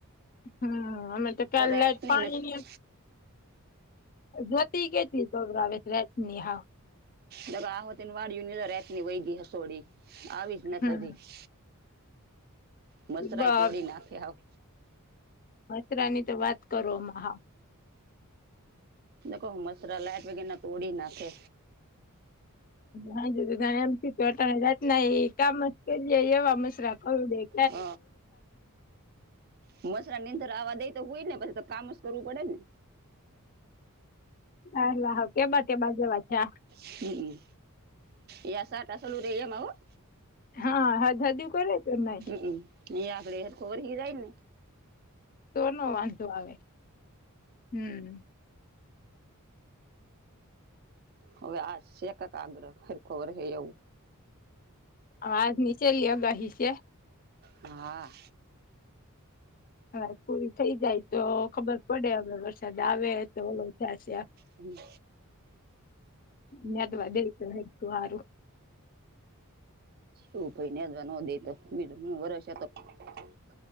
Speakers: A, on the left (about 40°); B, on the right (about 45°).
A: હમ અમે તો કાલ
B: રાતની
A: લાઈટ પાણીની
B: નથી
A: જ્યોતિ કેટલી સવરાવે રાતની હા
B: દગા આોતીને વાડીું રાતની વય ગ હસોડી આવી જ ના
A: હમ
B: થતી <unintelligible> મચ્છરાઈ
A: બ
B: તોળી નાખે સાવ
A: મચ્છરાની તો વાત કરોમાં હા
B: કવ હુ મચ્છરા લાઇટ વગર ના તોડી નાખે
A: હા હા ત એમથી તોાત ના કામ જ કરીએે એવા મશરા પડે <unintelligible>
B: હ હ મચ્છરા નીંદર આવા દઈ તો સુય ને પછી તો કામ કરવું પડે ને
A: હા વાહો ટેબા ટેબા જેવા છે.
B: હમ એયા સાટા ચાલું રહે એમા હા
A: હા હદ હદ કરે છે ન
B: હમ એ આપડે સરખો વરહી જાયને
A: તો નો વાંધો આવે હમ.
B: હવે આશે એક આગ્રહ સરખો વરસે એવું.
A: આજ ની છેલ્લી આગાહી છે.
B: હા
A: હવે પૂરી થઇ જાય તો ખબર પડે અવે વરસાદ આવે તો ઓલો થયા છે.
B: હમ
A: હમદવા બે હું આારું <inaudible>
B: એું પાઈને અજવા ન દે તો બીજ હ વર્ષ તો <unintelligible>